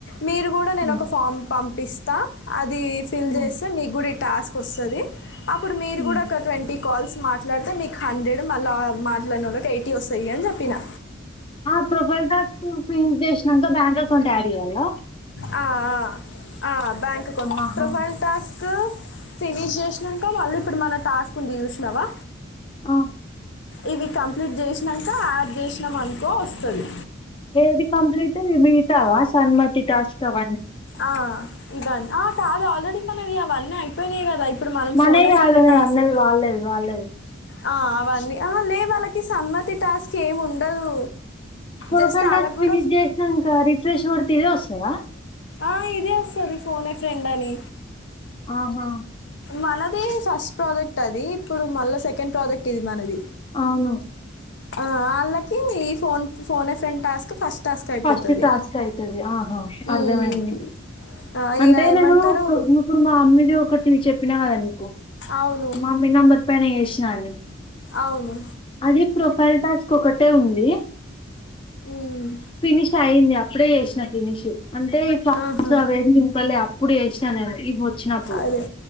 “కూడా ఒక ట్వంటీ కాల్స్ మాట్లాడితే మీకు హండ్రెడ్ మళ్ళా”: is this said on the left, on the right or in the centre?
Left